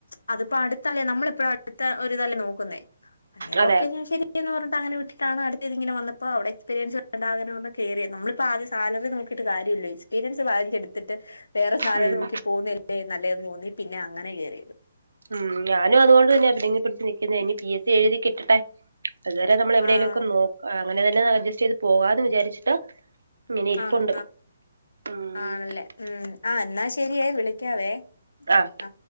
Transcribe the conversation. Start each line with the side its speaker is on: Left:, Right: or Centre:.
Left: അതിപ്പോ അടുത്തല്ലേ നമ്മളിപ്പഴ അടുത്ത ഒരുതല്ലെ നോക്കുന്നേ അന്നേരം
Right: അതെ
Left: ഓക്കെ ഞാൻ ശരി എന്ന് പറഞ്ഞട്ട് അങ്ങനെ വിട്ടിട്ടാണ് അടുത്തത് ഇങ്ങനെ വന്നപ്പോ അവിടെ എക്സ്പീരിൻസ് ഉണ്ട പറഞ്ഞ കെറിയിരുന്നു നമ്മളിപ്പോ ആദ്യ സാലറി നോ ന്ന്ട്ട് കാര്യല്ല്യ എക്പീരിയൻസ് ഭാരി എടുത്തിട്ട് വേറെ സാലറി
Right: ഉം
Left: നോക്കി പോകുന്നല്ലേ നല്ലതെന്ന് തോന്നി പിന്നെ അങ്ങനെ ക്കെറിയത്..
Right: ഉം ഞാനും അതുകൊണ്ട് തന്നെ എവിടെനെ പിടിച്ച് നിക്കുന്ന ഇനി പി എസ് സി എഴുതി കിട്ടട്ടെ. അതുവരെ നമ്മൾ എവിടെേങ്കിലും
Left: ആഹ്
Right: ഒക്കെ നോക്ക അങ്ങനെ തന്നെ അഡ്ജസ്റ്റ് ചെയ്ത് പോകാ ന്ന് വിചാരി ച്ചിട്ട്. ഇങ്ങനെ ഇരിപ്പുണ്ട്..
Left: ആഹ്
Right: ഉം
Left: ആണല്ലേ ഉം ആഹ് എന്നാ ശരിയേ വിളിക്കാവേ..
Right: ആഹ്.
Left: ആ